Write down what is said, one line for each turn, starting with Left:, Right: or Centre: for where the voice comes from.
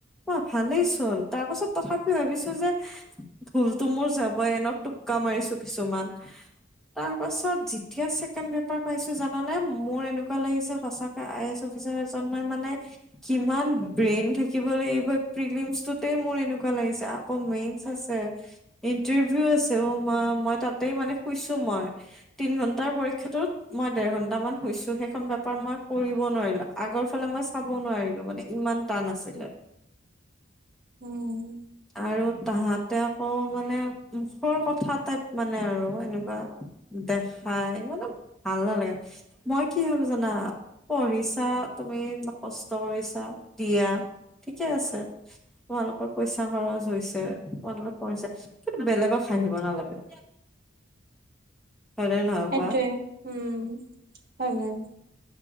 Centre: মই ভালেইচোন তাৰপাছত তথাপি ভাবিছোঁ যে ভুলটো মোৰ যাবই এনেও টোক্কা মাৰিছোঁ কিছুমান। তাৰপাছত যেতিয়া ছেকেণ্ড পেপাৰ পাইছোঁ জানানে মোৰ এনেকুৱা লাগিছে সঁচা আই এছ অফিচাৰ এজনেই মানে কিমান ব্ৰেইন থাকিব লাগিবি, এই প্ৰিলিমছটোতে মোৰ এনেকুৱা লাগিছে, আকৌ মেইন। চেচে, ইন্টাৰভিউ আছে অ' মা মই তাতে মানে শুইছোঁ মই। তিনি ঘণ্টাৰ পৰীক্ষাটোত মই দেৰ ঘন্টা মান হৈছোঁহে, সেইখন পেপাৰ মই কৰিব নোৱাৰিলোঁ, আগৰ ফালে মই চাব নোৱাৰিলোঁ মানে ইমান টান‌ আছিলে।
Right: উম।
Centre: আৰু তাহাঁতে আকৌ মানে মুখৰ কথা টাইপ মানে আৰু এনেকুৱা। দেখাই মানে ভাল নালাগে। মই কি ভাবোঁ জানা পঢ়িছা তুমি কষ্ট কৰিছা দিয়া ঠিকে আছে তোমালোকৰ পইচা খৰচ হৈছে তোমালোকে পঢ়িছে কিন্তু বেলেগক হাঁহিব নালাগে হয় নে নহয়
Right: সেইটোৱে
Centre: কোৱা
Right: উম হয় বাৰু